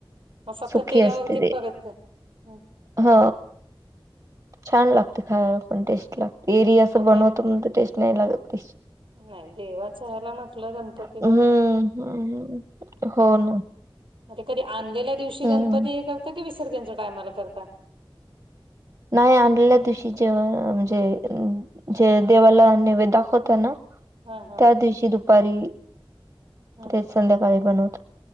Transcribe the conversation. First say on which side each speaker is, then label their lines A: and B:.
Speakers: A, on the right; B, on the right.
A: मग फक्त
B: सुकी
A: तेलावरती
B: असते ती
A: परत मग
B: हो छान लागते खायला पण टेस्ट लागते. एरी असं बनवतो
A: त्या
B: मग ते टेस्ट नाही लागत टेस्ट
A: नाही देवाच्या याला म्हटलं गणपती
B: हम्म हम्म हो ना
A: म कधी आणलेल्या दिवशी
B: हम्म
A: गणपती हे करता कि विसर्जनच्या टायमाला करताय.
B: नाही आणलेल्या दिवशी जेव म्हणजे जे देवाला नैवेद्य दाखवता ना
A: हा हा
B: त्या दिवशी दुपारी
A: हम्म
B: तेच संध्याकाळी बनवतो.